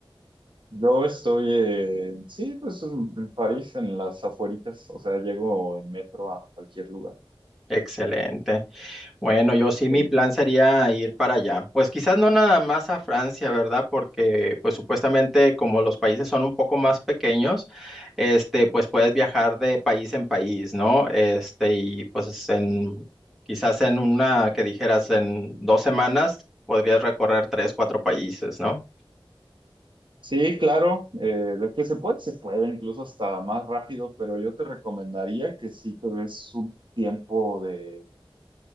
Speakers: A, on the right; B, in the centre.
A: Yo estoy, eh, sí, pues en en París, en las afueritas, o sea, llego en metro a cualquier lugar.
B: Excelente. Bueno, yo sí
A: Sí.
B: mi plan sería ir para allá. Pues quizás no nada más a Francia, ¿verdad? Porque pues supuestamente como los países son un poco más pequeños, este, pues puedes viajar de país en país, ¿no? Este, y pues en quizás en una que dijeras en dos semanas podrías recorrer tres, cuatro países, ¿no?
A: Sí, claro, eh, de que se puede, se puede, incluso hasta más rápido, pero yo te recomendaría que sí te des un tiempo de